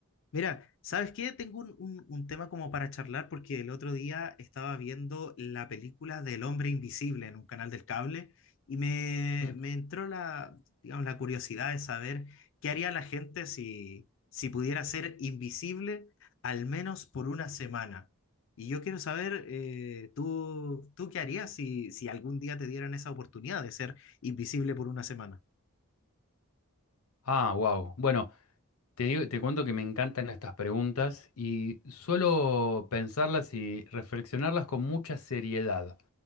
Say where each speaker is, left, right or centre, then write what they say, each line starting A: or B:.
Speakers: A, on the left; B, on the left.
A: Mira, ¿sabes qué? Tengo un, un- un tema como para charlar porque el otro día estaba viendo la película del Hombre Invisible en un canal del cable y me,
B: Mm.
A: me entró la, digamos, la curiosidad de saber qué haría la gente si, si pudiera ser invisible al menos por una semana. Y yo quiero saber, eh, ¿tú, tú qué harías si, si algún día te dieran esa oportunidad de ser invisible por una semana?
B: Ah, wow. Bueno, Te digo, te cuento que me encantan estas preguntas y suelo pensarlas y reflexionarlas con mucha seriedad.